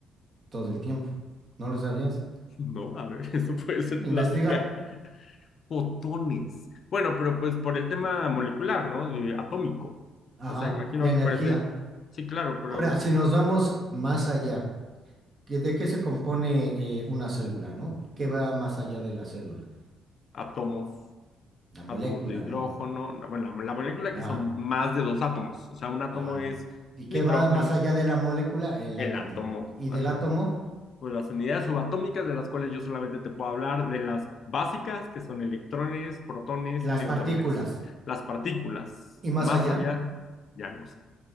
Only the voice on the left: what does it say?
<laughs> No, a ver, <laughs> eso puede ser plática
Fotones. Bueno, pero pues por el tema molecular, ¿no? De atómico.
O sea, imagino
que parece, sí, claro, pero
átomos,
átomos de hidrógeno,
la- bueno, la, la molécula
que son más de dos átomos. O sea, un átomo
es
nitrógeno,
el
átomo,
ajá.
Pues las unidades subatómicas de las cuales yo solamente te puedo hablar de las básicas, que son electrones, protones
y neutrones.
Las partículas,
más
allá, ya no sé.